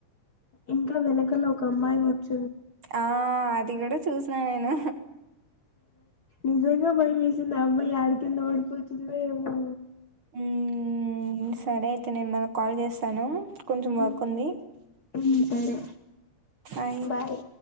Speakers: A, on the left; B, on the right.
A: ఇంకా వెనకలో ఒక అమ్మాయి కూర్చుంది
B: ఆ అదే అది కూడా చూసినా నేను
A: నిజంగా బయమేసింది నమ్ యాడ కింద పడుతుంది ఏమో
B: హ సర అయితే న నిమ్ మల్ కాల్ చేస్త సన కొంచెం వర్క్
A: ఉమ్
B: ఉంది
A: సరే
B: అ
A: బాయ్